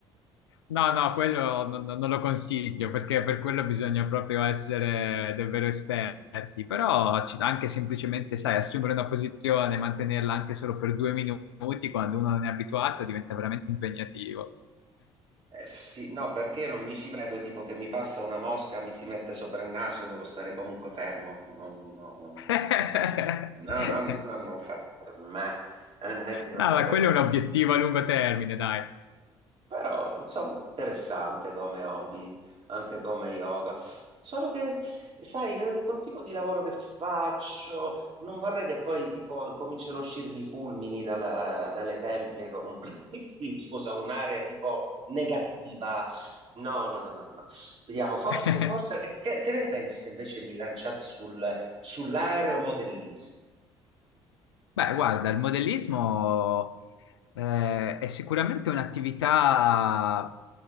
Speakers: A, on the left; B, on the right.
A: No, no, quello non, non- non lo consiglio perché per quello bisogna proprio essere davvero esperti, però ci- anche semplicemente, sai, assumere una posizione, mantenerla anche solo per due minuti quando uno non è abituato diventa veramente impegnativo.
B: Eh sì, no, perché io non mi ci vedo tipo che mi passa una mosca, mi si mette sopra il naso, io devo stare comunque fermo. Non, no, non,
A: <laughs>
B: no, no, no, non fa per me. NG non
A: No,
B: fa
A: ma
B: per
A: quello
B: me.
A: è un obiettivo a lungo termine, dai.
B: Però, insomma, interessante come hobby, anche come yoga. Solo che, sai, eh, col tipo di lavoro che faccio, non vorrei che poi, tipo, cominciano a uscirmi i fulmini dalla- dalle tempie con un, <coughs> scusa, un'area tipo negativa. No, no, no, no, no. no. Vediamo, forse,
A: <laughs>
B: forse, che, che- che ne pensi se invece mi lanciassi sul, sull'aeromodellismo?
A: Beh, guarda, il modellismo eh, è sicuramente un'attività